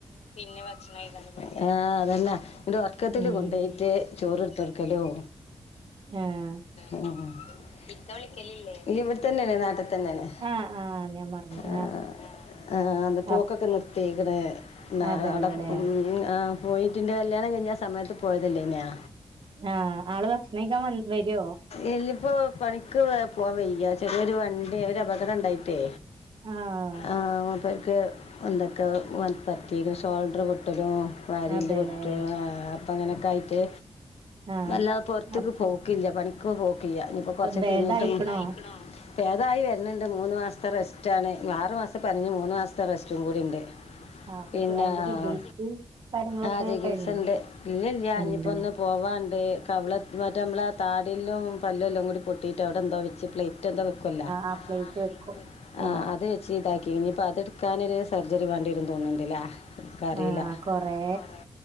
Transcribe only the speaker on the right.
ഉം
ആഹ്
ആഹ് ആഹ് ഞാൻ മറന്നു
അപ്
അതല്ലോ ല്ലേ
ആഹ് ആള് ഭക്ഷണം കഴിക്കാൻ വന്ന് വെരോ?
ആഹ്
അതെല്ലേ
ആഹ്
അപ്
ഭേദായിക്കണോ
ആഹ് അപ്പൊ
അതിന്റെ
ചികിത്സയും കാര്യങ്ങളൊക്കെ
കഴിഞ്ഞോ
ഉണ്ട്
ആ
പ്ലേറ്റ് വെക്കും ഉം
ആഹ് കൊറേ